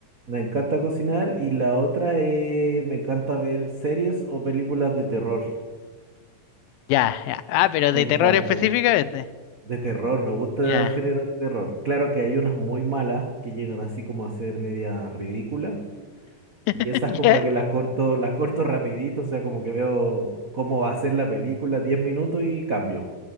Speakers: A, on the right; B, on the left.
A: me encanta cocinar y la otra es, me encanta ver series o películas de terror.
B: Ya, ya. Ah, pero
A: Me
B: de
A: encanta.
B: terror específicamente.
A: De terror, me gusta
B: Ya.
A: el género de terror. Claro que hay unas muy malas que llegan así como a ser media ridículas y
B: <laughs>
A: esas
B: ¿Ya?
A: como que las corto, las corto rapidito, o sea, como que veo cómo va a ser la película, 10 minutos y cambio.